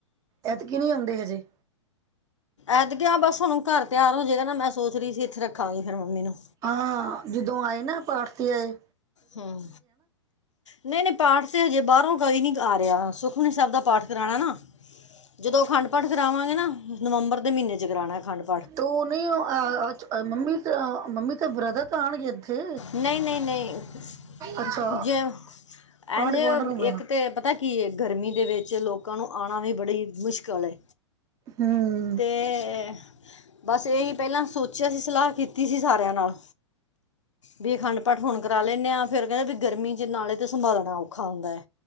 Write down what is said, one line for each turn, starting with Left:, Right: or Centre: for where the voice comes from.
Right: ਐਦਕੀ ਨਹੀਂ ਆਉਂਦੇ ਹਜੇ।
Left: ਐਦ ਗਿਆ ਬਸ ਹੁਣ ਘਰ ਤਿਆਰ ਹੋ ਜਾਏਗਾ ਨਾ ਮੈਂ ਸੋਚ ਰਹੀ ਸੀ ਇੱਥੇ ਰੱਖਾਂਗੀ ਫਿਰ ਮੰਮੀ ਨੂੰ
Right: ਹਾਂ, ਜਦੋਂ ਆਏ ਨਾ ਆਪਾਂ ਆੜਤੀਏ।
Left: ਹਮ ਨਹੀਂ- ਨਹੀਂ ਪਾਠ ਤੇ ਹਜੇ ਬਾਹਰੋਂ ਕੋਈ ਨੀ ਆ ਰਿਹਾ, ਸੁਖਮਨੀ ਸਾਹਿਬ ਦਾ ਪਾਠ ਕਰਾਉਣਾ ਨਾ। ਜਦੋਂ ਅਖੰਡ ਪਾਠ ਕਰਾਵਾਂਗੇ ਨਾ, ਨਵੰਬਰ ਦੇ ਮਹੀਨੇ 'ਚ ਕਰਾਉਣਾ ਅਖੰਡ ਪਾਠ।
Right: ਤ ਉਹ ਨਹੀਂ ਮੰਮੀ, ਮੰਮੀ ਤੇ ਬ੍ਰਦਰ ਤਾਂ ਆਉਣਗੇ ਇੱਥੇ
Left: ਨਹੀਂ- ਨਹੀਂ -ਨਹੀਂ
Right: ਅੱਛਾ
Left: ਜ ਐਂਝੇ
Right: ਆਂਢ ਗੁਆਂਢ ਨੂੰ ਬੁਲਾਣਾ
Left: ਇੱਕ ਤਾਂ ਪਤਾ ਕੀ ਗਰਮੀ ਦੇ ਵਿੱਚ ਲੋਕਾਂ ਨੂੰ ਆਉਣਾ ਵੀ ਬੜੀ ਮੁਸ਼ਕਿਲ
Right: ਹਮ।
Left: ਤੇ, ਬਸ ਇਹੀ ਪਹਿਲਾਂ ਸੋਚਿਆ ਸੀ ਸਲਾਹ ਕੀਤੀ ਸੀ ਸਾਰਿਆਂ ਨਾਲੋਂ। ਵੀ ਅਖੰਡਪਾਠ ਹੁਣ ਕਰਵਾ ਲੈਂਦੇ ਹਾਂ ਫਿਰ ਕਹਿੰਦੇ ਵੀ ਗਰਮੀ 'ਚ ' ਨਾਲੇ ਤਾਂ ਸੰਭਾਲਣਾ ਔਖਾ ਹੁੰਦਾ ਹੈ